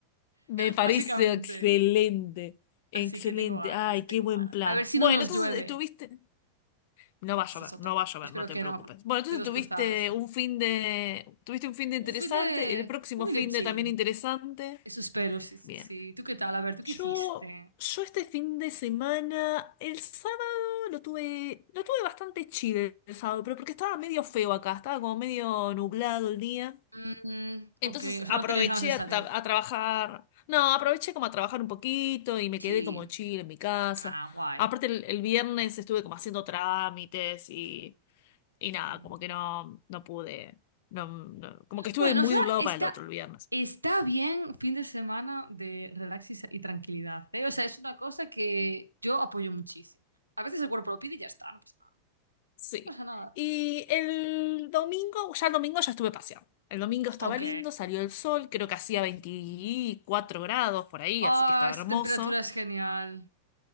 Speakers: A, on the left; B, on the right.
A: Me parece
B: básicamente.
A: excelente. Excelente.
B: Así que tengo ganas,
A: Ay,
B: tengo
A: qué buen
B: ganas.
A: plan.
B: A ver si
A: Bueno,
B: no nos
A: entonces
B: llueve.
A: estuviste. No va a
B: Esa
A: llover,
B: es otra.
A: no va a llover,
B: Espero
A: no te
B: que
A: preocupes.
B: no.
A: Bueno, entonces
B: Dedos
A: tuviste
B: cruzados.
A: un fin de, tuviste un fin de interesante,
B: Un fin de,
A: el próximo
B: un fin
A: fin
B: de chill.
A: de también interesante.
B: Eso espero, sí, sí,
A: Bien.
B: sí. ¿Tú qué tal? A ver, ¿tú qué
A: Yo,
B: hiciste?
A: yo este fin de semana, el sábado lo tuve, lo tuve bastante chill el sábado, pero porque estaba medio feo acá, estaba como medio nublado el día.
B: Mm, ok,
A: Entonces
B: o sea,
A: aproveché
B: no tenías ganas de salir.
A: a, tra- a trabajar, no, aproveché como a trabajar un poquito y me
B: Sí.
A: quedé como chill en mi casa.
B: Ah, guay.
A: Aparte el el viernes estuve como haciendo trámites y y nada,
B: Mm.
A: como que no, no pude, no, no- como que estuve
B: Bueno,
A: muy
B: o sea,
A: de un lado
B: está,
A: para el otro el viernes.
B: está bien fin de semana de relax y, sa- y tranquilidad, ¿eh? O sea, es una cosa que yo apoyo muchísimo. A veces el cuerpo lo pide y ya está, no pasa nada.
A: Sí.
B: No pasa nada.
A: Y el domingo, ya el domingo ya estuve paseando. El domingo estaba
B: Ok.
A: lindo, salió el sol, creo que hacía 24 grados por ahí,
B: Ah,
A: así que estaba
B: esta
A: hermoso.
B: temperatura es genial.